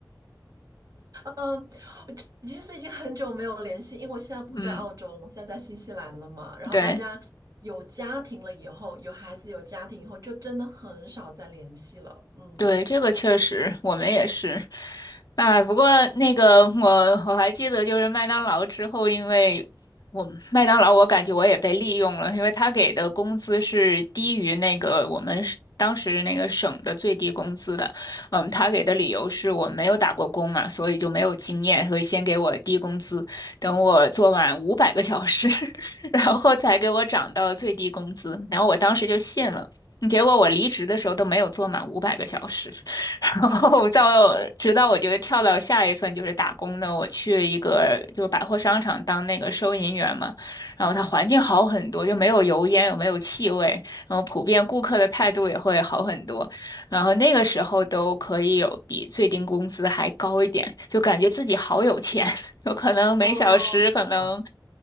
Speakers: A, on the right; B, on the left.
A: 嗯，我就其实已经很久没有联系，因为我现在不在澳洲了，
B: <laughs> 嗯，
A: 我现在在新西兰了嘛。然后大家有家庭了以后，
B: 对，
A: 有孩子有家庭以后，就真的很少再联系了。嗯，
B: 对，这个确实，我们也是。哎，不过那个我我还记得，就是麦当劳之后，因为我麦当劳，我感觉我也被利用了，因为他给的工资是低于那个我们是当时那个省的最低工资的。嗯，他给的理由是我没有打过工嘛，所以就没有经验，所以先给我低工资，等我做满五百个小时，<laughs> 然后才给我涨到最低工资。然后我当时就信了。结果我离职的时候都没有做满五百个小时，<laughs> 然后到直到我觉得跳到下一份就是打工的，我去一个就百货商场当那个收银员嘛，然后它环境好很多，就没有油烟，也没有气味，然后普遍顾客的态度也会好很多，然后那个时候都可以有比最低工资还高一点，就感觉自己好有钱，<laughs> 有可能每小时可能。
A: 哦，是吧？